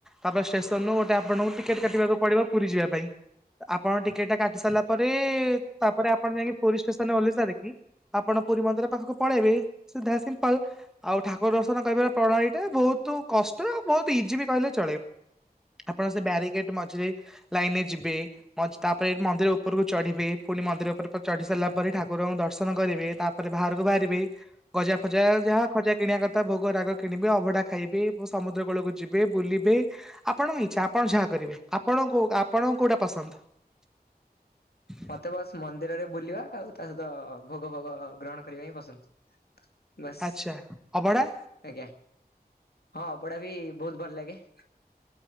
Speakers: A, in the centre; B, on the left.
A: ତାପରେ ଷ୍ଟେସନ୍ ରୁ ଗୋଟେ ଆପଣଙ୍କୁ ଟିକେଟେ କାଟିବାକୁ ପଡ଼ିବ ପୁରୀ ଯିବା ପାଇଁ ଆପଣଙ୍କ ଟିକେଟ୍ ଟା କାଟି ସାରିଲା ପରେ ତାପରେ ଆପଣ ଯାଇକି ପୁରୀ ଷ୍ଟେସନ୍ ଓଲେଇ ସାରିକି ଆପଣ ପୁରୀ ମନ୍ଦିର ପାଖକୁ ପଳେଇବି ସିଧା ସିମ୍ପଲ୍ ଆଉ ଠାକୁର ଦର୍ଶନ କରିବାର ପ୍ରଣାଳୀ ଏଇଟା ବହୁତ୍ କଷ୍ଟ ବହୁତ୍ ଇଜିବି କହିଲେ ଚଳେ। ଆପଣ ସେ ବ୍ୟାରିଗେଟ୍ ମଝିରେ ଲାଇନିରେ ଯିବେ ମଝି ତାପରେ ଏ ମନ୍ଦିର ଉପରକୁ ଚଢ଼ିବେ ପୁଣି ମନ୍ଦିର ଉପରେ ପଟେ ଚଢିସାରିଲା ପରେ ଠାକୁରଙ୍କୁ ଦର୍ଶନ କରିବେ ତାପରେ ବାହାରକୁ ବାହାରିବେ ଗଜା ଫଜା ଯାହା ଖଜା କିଣିବା କଥା ଭୋଗ ରାଗ କିଣିବେ ଅଭଢା ଖାଇବି ସମୁଦ୍ର କୂଳକୁ ଯିବେ ବୁଲିବେ ଆପଣଙ୍କ ଇଛା ଆପଣ ଯାହା କରିବେ ଆପଣଙ୍କୁ ଆପଣଙ୍କୁ କୋଉଟା ପସନ୍ଦ? <inaudible>
B: ମତେ ବାସ୍ ମନ୍ଦିରରେ ବୁଲିବା ଆଉ ତାସହିତ ଭୋଗ ଭୋଗ ଗ୍ରହଣ କରିବା ହିଁ ପସନ୍ଦ। ବାସ୍
A: ଆଚ୍ଛା ଅବଢ଼ା?
B: ଆଜ୍ଞା ହଁ ଅବଢ଼ା ବି ବହୁତ୍ ଭଲ ଲାଗେ।